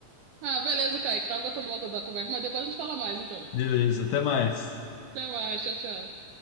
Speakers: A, on the right; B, on the left.
A: Ah, beleza, Kaique, tava gostando da da conversa, mas depois a gente fala mais, então.
B: Beleza, até mais.
A: Até mais, tchau, tchau.